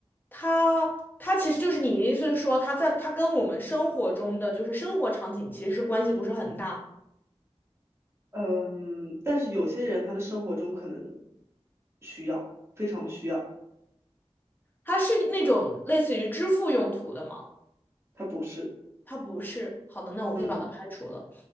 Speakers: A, on the left (about 15°); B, on the right (about 25°).
A: 它它其实就是你的意思是说，它在它跟我们生活中的就是生活场景其实是关系不是很大，
B: 嗯，但是有些人他的生活中可能需要，非常需要，
A: 它是那种类似于支付用途的吗？
B: 他不是，
A: 它不是。好的，那我可以把它排除了。
B: 嗯，